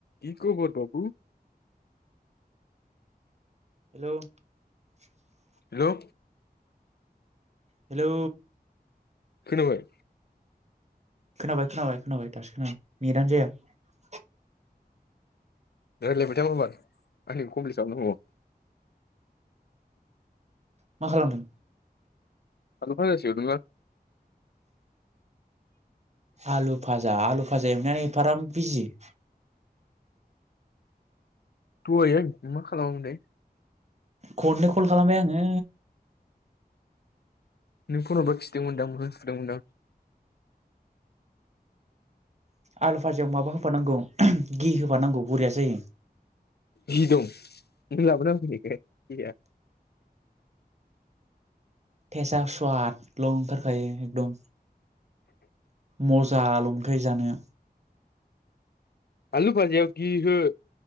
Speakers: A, on the left; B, on the right.
A: खि खबर बाबु?
B: हेलौ। <inaudible>
A: Hello
B: hello.
A: खोनोबाय?
B: खोनाबाय खोनाबाय खोनाबाय दासो खोनादों‌ नेदानो जाया।
A: रायलायबाय था माबार आंनिखौ खमफ्लित खालामनांगौ।
B: मा खालामदों?
A: आलु फाजासो एवदोंमोन।
B: आलु फाजा, आलु। फाजा एवनाया एफाग्राब बिजि? <inaudible>
A: दहायो मा खालामामोन थाय?
B: खननै कल खालामबाय आङो
A: नों फन हरबाय खिथदोंमोनदां, मोखां सुदोंमोनदां?
B: आलु फाजायाव माबा होफानांगौ, घि होफानांगौ बरिया जायो।
A: घि दं नों लाबोना होफैखाय घिया?
B: थेेजा सुवादल' ओंखारखायो एकदम। मजा ल' मोनखायो जानो।
A: आलु भाजायाव घि हो